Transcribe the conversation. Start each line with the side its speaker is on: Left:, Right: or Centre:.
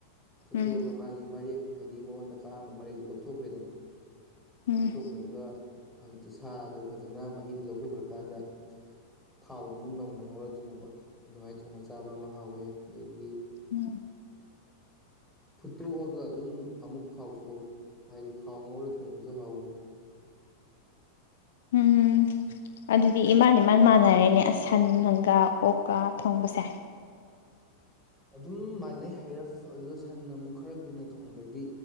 Centre: ꯐꯨꯠꯇꯣꯛꯑꯒ
Left: ꯎꯝ
Centre: ꯃꯥꯒꯤ ꯃꯔꯦꯛ ꯍꯥꯏꯗꯤ ꯃꯉꯣꯟꯗ ꯀꯥꯔꯝꯕ ꯃꯔꯦꯛ ꯗꯨ ꯂꯧꯊꯣꯛꯈ꯭ꯔꯦꯗꯅ
Left: ꯎꯝ
Centre: ꯂꯧꯊꯣꯛꯈ꯭ꯔꯒ ꯐ ꯁꯥꯗꯣ ꯐꯖꯅ ꯃꯍꯤꯗꯣ ꯂꯧꯊꯣꯛꯈ꯭ꯔꯀꯥꯟꯗ ꯊꯥꯎ ꯑꯃꯨꯛ ꯅꯧꯅ ꯉꯧꯔ ꯊꯣꯡꯕ ꯑꯗꯨꯃꯥꯏꯅ ꯊꯣꯡꯉ ꯆꯥꯕ ꯑꯃ ꯍꯥꯎꯋꯦ ꯑꯗꯒꯤ
Left: ꯎꯝ
Centre: ꯐꯨꯠꯇꯣꯛꯑꯒ ꯑꯗꯨꯝ ꯑꯃꯨꯛ ꯊꯥꯎ ꯁꯣꯛ ꯍꯥꯏꯗꯤ ꯊꯥꯎ ꯉꯧꯔ ꯊꯣꯡꯕꯖꯨ ꯍꯥꯎꯕꯅꯤ
Left: ꯎꯝ ꯑꯗꯨꯗꯤ ꯏꯃꯥꯟ ꯏꯃꯥꯟ ꯃꯥꯟꯅꯔꯦꯅꯦ ꯁꯟꯒ ꯑꯣꯛꯀ ꯊꯣꯡꯕꯁꯦ
Centre: ꯑꯗꯨꯝ ꯃꯥꯟꯅꯩ ꯍꯥꯏꯔꯐ ꯑꯗꯨꯗ ꯁꯟꯅ ꯑꯃꯨꯛ ꯈꯔ ꯀꯨꯏꯅ ꯊꯣꯡꯗ꯭ꯔꯗꯤ